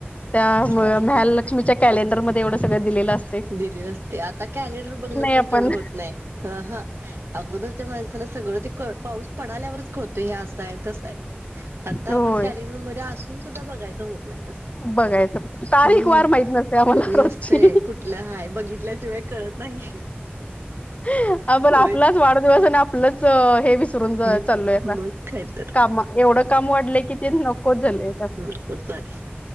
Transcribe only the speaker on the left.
त्या
मलक्षमीच्या कॅलेंडरमध्ये एवढं सळं दिलेलं अस
आपण
होय
बघायचं तारीख
वार माहित नसते आम्हाला
रोजची
आप आपण
आपलाच वाढदिवस आणि आपलंच हे वि र
चालय
काम एवढं काम वाढलंय की ते नकोच झालय.